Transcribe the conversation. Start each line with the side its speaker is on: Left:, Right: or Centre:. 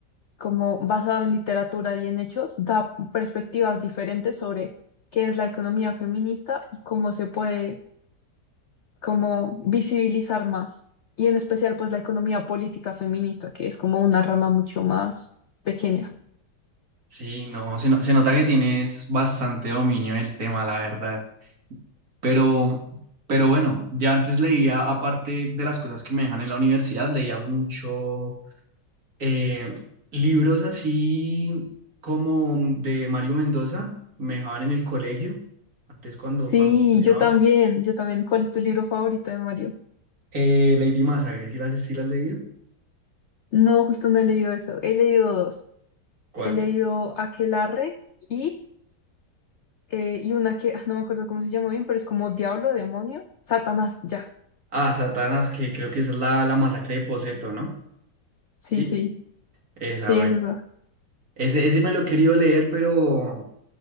Left: como basado en literatura y en hechos, da perspectivas diferentes sobre qué es la economía feminista y cómo se puede como visibilizar más. Y en especial, pues, la economía política feminista, que es como una rama mucho más pequeña.
Right: Sí, no, se, no- se nota que tienes bastante dominio del tema, la verdad. Pero, pero bueno, ya antes leía, aparte de las cosas que me dejan en la universidad, leía mucho eh, libros así como de Mario Mendoza, me dejaban en el colegio, antes cuando,
Left: Sí,
Right: cuando estudiaba.
Left: yo también, yo también. ¿Cuál es tu libro favorito de Mario?
Right: Eh, Lady Masacre, ¿sí las, sí las leí?
Left: No, justo no he leído eso. He leído dos.
Right: ¿Cuál?
Left: He leído Aquelarre y, eh, y una que ah, no me acuerdo cómo se llama bien, pero es como Diablo, Demonio, Satanás, ya.
Right: Ah, Satanás, que creo que esa es la, la masacre de Poseto, ¿no?
Left: Sí,
Right: Sí,
Left: sí,
Right: esa,
Left: sí,
Right: bueno.
Left: es esa.
Right: Ese, ese me lo he querido leer, pero,